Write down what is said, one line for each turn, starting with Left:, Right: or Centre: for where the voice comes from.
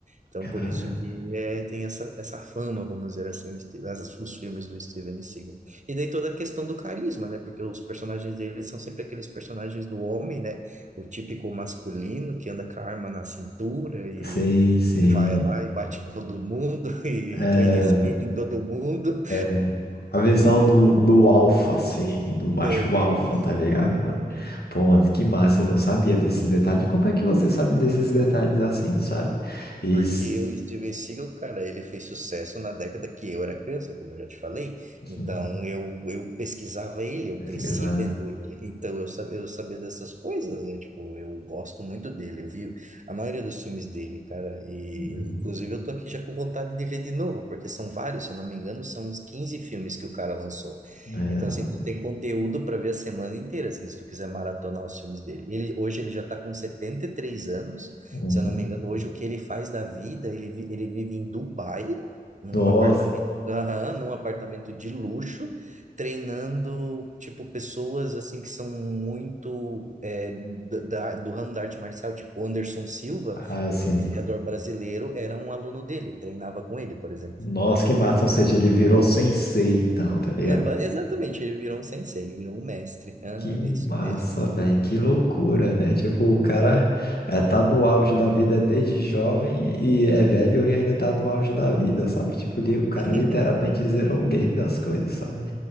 Right: Então,
Left: Cara,
Right: por isso que é, tem essa, essa fama, vamos dizer assim, o Ste- as- os filmes do Steven Seagal. E daí toda a questão do carisma, né? Porque os personagens dele são sempre aqueles personagens do homem, né? O típico masculino que anda com a arma na cintura e,
Left: sim, sim.
Right: e vai lá e bate em todo mundo <laughs> e
Left: É,
Right: põe respeito em todo mundo.
Left: É, a visão do, do alfa, assim, do macho
Right: É bem
Left: alfa,
Right: isso.
Left: tá ligado, mano?
Right: Uhum.
Left: Pô, mano, que massa, eu não sabia desses detalhes. Como é que você sabe desses detalhes assim, sabe? E...
Right: Porque
Left: s-
Right: o Steven Seagal, cara, ele fez sucesso na década que eu era criança, como eu já te falei. Então,
Left: Uhum.
Right: eu, eu pesquisava ele, eu
Left: Esse
Right: cresci
Left: que tá-
Right: vendo ele. Então, eu, sab, eu sabia dessas coisas, né? Tipo, eu gosto muito dele. Eu vi a maioria dos filmes dele, cara. E,
Left: Uhum.
Right: inclusive, eu tô aqui já com vontade de ver de novo, porque são vários, se eu não me engano, são uns 15 filmes que o cara lançou.
Left: É,
Right: Então, assim, tu tem conteúdo para ver a semana inteira, assim, se tu quiser maratonar os filmes dele. Ele, hoje ele já tá com 73 anos.
Left: uhum.
Right: Se eu não me engano, hoje o que ele faz da vida, ele, vi- ele vive em Dubai, num
Left: Nossa,
Right: apartamento, aham, num apartamento de luxo, treinando, tipo, pessoas, assim, que são muito é, da, da- do ramo da arte marcial, tipo, o Anderson Silva,
Left: assim,
Right: o boxeador brasileiro, era um aluno dele, treinava com ele, por exemplo.
Left: nossa, que massa, ou seja, ele virou sensei, então, tá ligado?
Right: É, ba- exatamente, ele virou um sensei, virou um mestre. Aham,
Left: Que massa,
Right: é isso mesmo.
Left: velho, que loucura, né? Tipo, o cara é, tá no auge da vida desde jovem e é velho e ainda tá no auge da vida, sabe? Tipo, li- o cara
Right: <laughs>
Left: literalmente zerou o game das coisas, sabe?